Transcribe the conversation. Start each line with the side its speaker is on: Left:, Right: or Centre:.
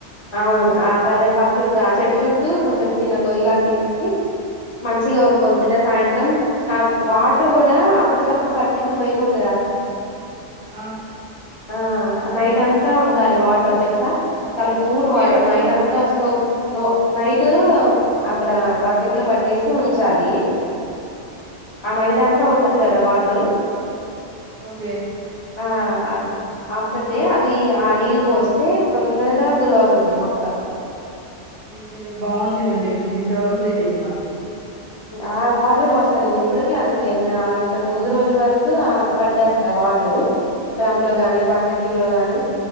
Left: అవును ఆ కరివేపాకు చుట్టూ ఆ చెట్టు చుట్టూ కొంచెం చిన్న గొయ్యి లాగ తీసేసి, మంచిగా పొద్దుట సాయంత్రం తాకు వాటర్ కూడా అప్పటికప్పుడు పట్టింది పొయ్యకూడుదురా
Right: ఆ
Left: ఆ నైట్ అంతా ఉండాలి వాటర్ తెలుసా చాలా కూల్ వాటర్
Right: ఏ వాటరు
Left: నైట్ అంతా సో నో నైట్ అక్కడ బక్కెట్లో పట్టేసి ఉంచాలి. ఆ నైట్ అంతా ఉం టది కదా వాటరు
Right: ఓకే
Left: ఆ ఆఫ్టర్ డే అది ఆ నీళ్ళు పోస్తే తొందర్ గా గ్రో అవుద్ది మొక్క.
Right: ఇదేదో బాగుంది నువ్వు చెప్పింది ఇంతవరకు తెలియదు నాకు
Left: ఆ వాటరే పోస్తాను నేను ఇప్పటికి అంతే నేను అంతకు ముందు రోజు వరకు పట్టేస్తా వాటరు డ్రమ్ లో
Right: ఆ
Left: గానీ, బకెట్లలో గానీ